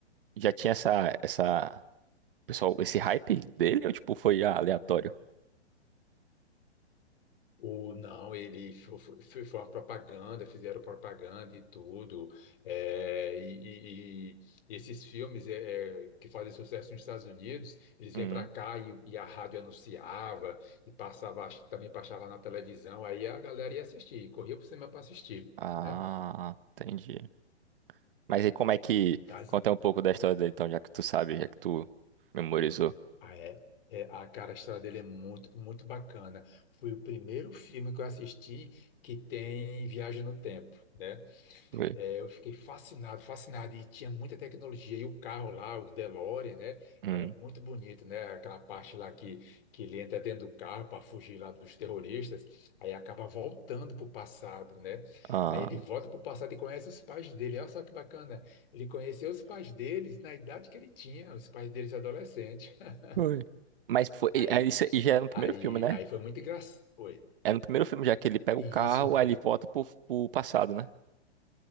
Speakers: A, on the right (about 55°); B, on the left (about 55°).
A: já tinha essa, essa, pessoal, esse hype dele ou tipo foi ah, aleatório?
B: O, não, ele fo- fo- foi, foi uma propaganda, fizeram propaganda e tudo. é, e, e- e esses filmes é, é, que fazem sucesso nos Estados Unidos, eles
A: Hum.
B: vêm para cá e, e a rádio anunciava e passava, acho que também passava na televisão, aí a galera ia assistir, corria para o cinema para assistir,
A: Ah,
B: né?
A: entendi. Mas aí como é que
B: Das-
A: conta um pouco da história dele, então, já que tu sabe, já que tu memorizou?
B: ah, é, é, a cara a estrada dele é muito, muito bacana. Foi o primeiro filme que eu assisti que tem viagem no tempo, né?
A: Foi.
B: É, eu fiquei fascinado, fascinado. E tinha muita tecnologia. E o carro lá, o DeLorean, né?
A: Hum.
B: Era muito bonito, né? Aquela parte lá que, que ele entra dentro do carro para fugir lá dos terroristas. Aí acaba voltando para o passado, né?
A: Ah.
B: Aí ele volta para o passado e conhece os pais dele. Olha só que bacana. Ele conheceu os pais deles na idade que ele tinha, os pais deles adolescentes. <laughs>
A: <laughs> foi. Mas foi,
B: Aí,
A: é, isso aí já é no primeiro
B: aí,
A: filme, né?
B: aí foi muito engraçado. Oi.
A: É no primeiro filme já que ele pega
B: E
A: o carro,
B: isso no primeiro.
A: aí ele volta pro, pro passado, né?